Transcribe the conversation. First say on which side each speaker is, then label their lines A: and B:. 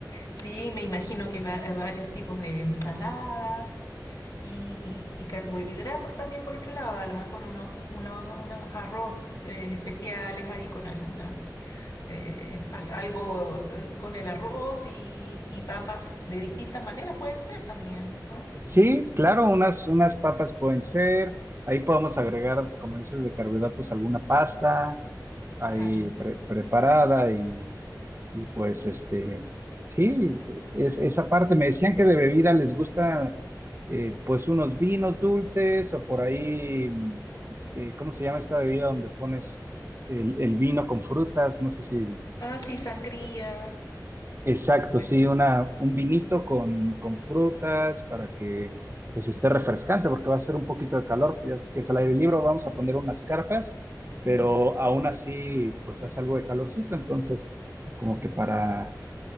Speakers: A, on the left (about 60°); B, on the right (about 35°).
A: Sí, me imagino que va- eh, varios tipos de ensaladas y, y- y carbohidratos también por otro lado, a lo mejor unos, unos, unos arroz eh, especiales ahí con algunas. eh, al- algo eh, con el arroz y, y papas de distintas maneras pueden ser también, ¿no?
B: Sí, claro, unas, unas papas pueden ser. Ahí podemos agregar, como dices, de carbohidratos alguna pasta, ahí
A: Claro.
B: pre- preparada y, y pues este, sí, es, esa parte, me decían que de bebida les gusta eh, pues unos vinos dulces o por ahí, eh, ¿cómo se llama esta bebida donde pones el, el vino con frutas? No sé si
A: Ah, sí, sangría.
B: Exacto,
A: Bueno,
B: sí, una, un vinito
A: sí, sangría.
B: con, con frutas para que pues esté refrescante porque va a ser un poquito de calor, ya es que es al aire libre, vamos a poner unas carpas, pero
A: Mm.
B: aún así pues hace algo de calorcito, entonces como que para